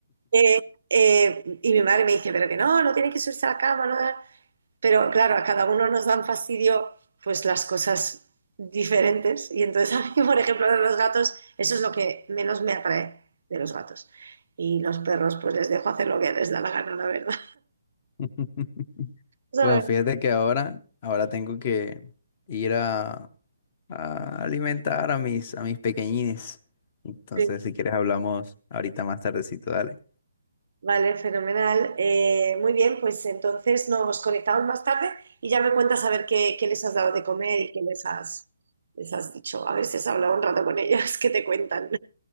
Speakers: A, on the right (about 55°); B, on the left (about 25°).
A: Eh, eh, y mi madre me dice, pero que no, no tienen que subirse a la cama, no. Pero claro, a cada uno nos dan fastidio pues las cosas diferentes. Y entonces <laughs> a mí, por ejemplo, de los gatos, eso es lo que menos me atrae de los gatos. Y los perros, pues les dejo hacer lo que les da la gana, la verdad.
B: <laughs>
A: ¿Sabes?
B: Bueno, fíjate que ahora, ahora tengo que ir a, a alimentar a mis, a mis pequeñines. Entonces,
A: Sí.
B: si quieres, hablamos ahorita más tardecito, dale.
A: Vale, fenomenal. Eh, muy bien, pues entonces nos conectamos más tarde y ya me cuentas a ver qué, qué les has dado de comer y qué les has, les has dicho. A ver si has hablado un rato con ellos, <laughs> que te cuentan.